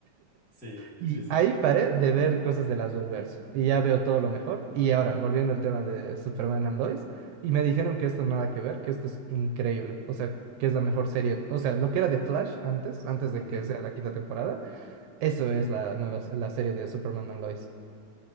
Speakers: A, in the centre; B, on the right.
A: sí,
B: Y
A: sí, sí.
B: ahí paré de ver cosas de las Arrowverse y ya veo todo lo mejor. Y ahora, volviendo al tema de Superman and Lois, y me dijeron que esto nada que ver, que esto es increíble. O sea, que es la mejor serie. O sea, lo que era de Flash antes, antes
A: Ujú.
B: de que sea la quinta temporada, eso es la nueva, la serie de Superman and Lois.